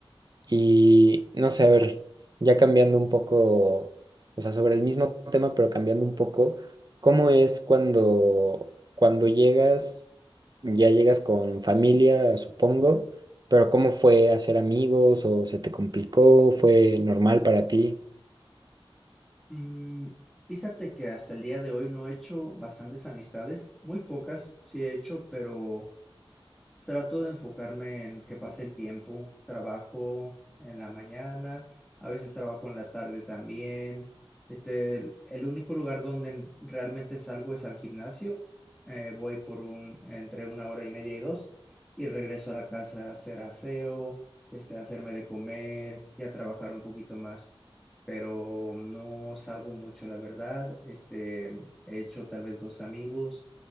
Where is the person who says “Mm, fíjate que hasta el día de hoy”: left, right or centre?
Centre